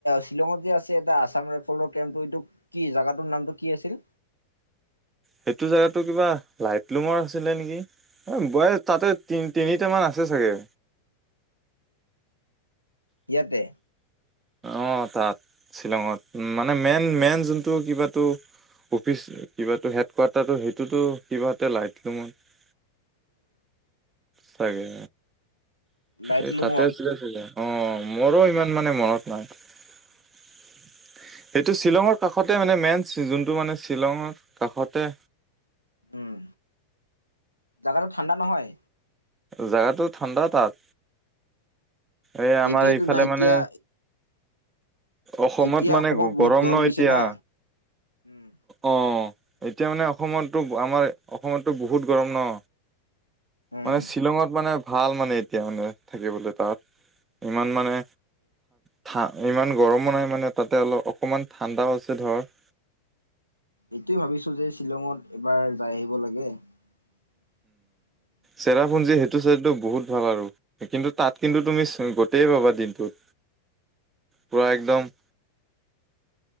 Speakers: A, on the left; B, on the right.
A: শ্বিলঙত যে আছে এটা আছাম ৰাইফলৰ কেম্পটো এইটো কি জেগা টোৰ নামটো কি আছিল?
B: সেইটো জোগাতো কিবা লাইট লুঙৰ, আছিলে নেকি? অ, বয়স তাতে তি তিনিটা মান আছে চাগে।
A: ইয়াতে।
B: অ, তাত শ্বিলঙত মানে মেইন মেইন যোনটো কিবাতো। অফিচ কিবো হেড কোৱাৰ্টাৰটো সেইটোতো কিবা লাইটমত।
A: <unintelligible>
B: ছাগে।
A: লাইটলুঙত
B: এই তাতেছিল আছিলে অ, মোৰো ইমান মানে মনত <unintelligible> সেইটো শ্বিলঙৰ কাষতে মানে মেইন যোনটো মানে শ্বিলঙৰ কাষতে।
A: উম, জোগাটো ঠাণ্ডা নহয়।
B: জোগাতো ঠাণ্ডা তাত। এই আমাৰ
A: এটাইতো
B: এইফালে
A: নাই এতিয়া,
B: মানে অসমত
A: এতিয়া
B: মানে
A: অসমত বহুত গৰম
B: ন
A: দিছে
B: এতিয়া
A: না, উম,
B: অ, এতিয়া মানে অসমতো আমাৰ অসমততো বহুত গৰম ন।
A: উম
B: মানে শ্বিলঙত মানে ভাল মানে এতিয়া মানে থাকিবলৈ তাত। ইমান মানে। থা, ইমান গৰমো নাই মানে তাতে অলপ অকণমান ঠাণ্ডাও আ, হৈছে ধৰ।
A: এইটোৱে ভাবিছো যে শ্বিলঙত এইবাৰ যাই আহিব লাগে। <unintelligible>
B: চেৰাপুঞ্জীৰ সেইটো চেইদ বহুত ভাল আৰু। কিন্তু তাত কিন্তু তুমি গোটেই পাবা দিনটোত, পুৰা একদম।